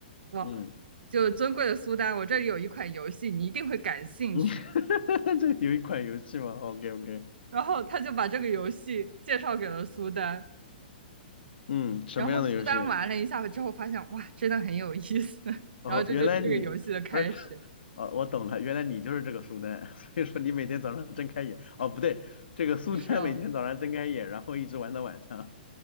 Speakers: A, on the right (about 75°); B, on the left (about 75°).
A: 我
B: 嗯
A: 就尊贵的苏丹，我这里有一款游戏，你一定会感兴趣。”
B: 嗯，<laughs> 这有一款游戏吗？OK OK，
A: 然后他就把这个游戏介绍给了苏丹，
B: 嗯，什么样的游戏？
A: 然后苏丹玩了一下之后发现，哇，真的很有意思。<laughs>
B: 哦，
A: 然后这就是这个游戏的开始。
B: 原来你不是哦，我懂了，原来你就是这个苏丹，<laughs> 所以说你每天早上睁开眼，哦，不对，这个苏丹每天早上睁开眼，
A: 不是哦，
B: 然后一直玩到晚上。